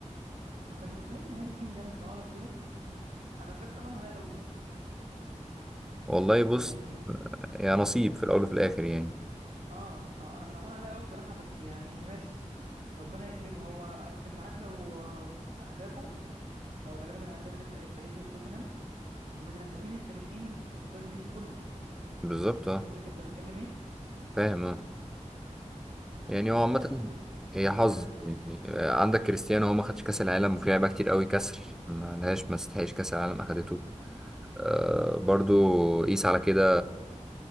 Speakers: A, on the right; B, in the centre.
A: انت متخيل ان هاري كين ده مش معاه ولا بطولة انا بجد صعبان عليا قوي
B: والله بص
A: يعني
B: يا نصيب في الاول وفي الاخر يعني
A: اه اه انا صعبان عليا قوي بصراحة بس يعني ماشي ربنا يكرمه هو انت عارف لو آه، اهدافه هو تقريبا الهداف الخ- التاريخي لتوتنهام ومن الهدافين التاريخيين في الدوري الانجليزي كله
B: بالظبط
A: انت
B: اه
A: مدرك انت بتتكلم ايه
B: فاهم اه يعني هو عامة
A: بس وكمل
B: هي حظ
A: كمل
B: يعني آه، عندك كريستيانو هو ما خدش كاس العالم وفي لعيبه كتير قوي كسر ما لهاش ما استحقش كاس العالم اخدته آه برضو قيس على كده